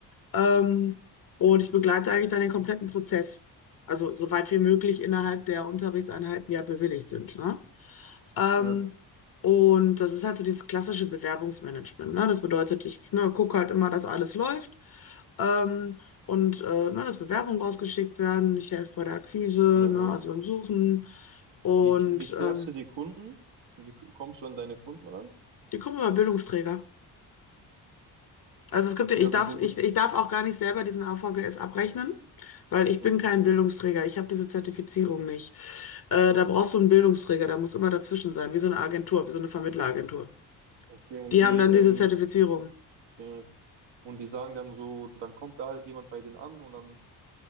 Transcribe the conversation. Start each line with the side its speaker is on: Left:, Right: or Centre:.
Left: Ähm, und ich begleite eigentlich dann den kompletten Prozess. Also soweit wie möglich innerhalb der Unterrichtseinheiten, die ja bewilligt sind, ne? Ähm,
Right: Ja,
Left: und das ist halt so dieses klassische Bewerbungsmanagement, ne? Das bedeutet, ich ne, gucke halt immer, dass alles läuft. Ähm, und äh, ne, dass Bewerbungen rausgeschickt werden. Ich helfe bei der Akquise,
Right: ja,
Left: ne,
Right: ja.
Left: also beim Suchen. Und
Right: Wie, wie klärst
Left: ähm,
Right: du die Kunden? Wie k- kommst du an deine Kunden ran?
Left: die kommen immer Bildungsträger. Also es gibt
Right: Okay,
Left: ja, ich
Right: also
Left: darf,
Right: du
Left: ich,
Right: bist.
Left: ich darf auch gar nicht selber diesen AVGS abrechnen, weil ich
Right: Okay.
Left: bin kein Bildungsträger. Ich habe diese Zertifizierung nicht. Äh, da brauchst du einen Bildungsträger, da muss immer dazwischen sein, wie so eine Agentur, wie so eine Vermittleragentur.
Right: Okay, und
Left: Die
Right: die,
Left: haben dann
Right: ähm,
Left: diese Zertifizierung.
Right: äh, und die sagen dann so, dann kommt da halt jemand bei denen an und dann